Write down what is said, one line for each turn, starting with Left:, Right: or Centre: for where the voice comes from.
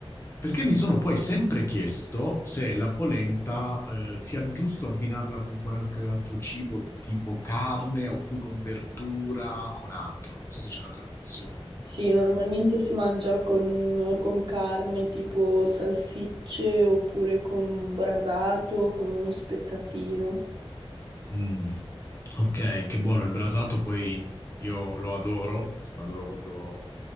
Left: Perché mi sono poi sempre chiesto se la polenta, eh, sia giusto abbinarla con qualche altro cibo, tipo carne o più con verdura, con altro. Non so se c'è una tradizione.
Right: Sì,
Left: Te lo
Right: normalmente
Left: sei mai chiesto?
Right: si mangia con, con carne tipo salsicce oppure con un brasato, o con uno spezzatino.
Left: Mm. Ok, che buono il brasato, poi io lo adoro, lo adoro proprio,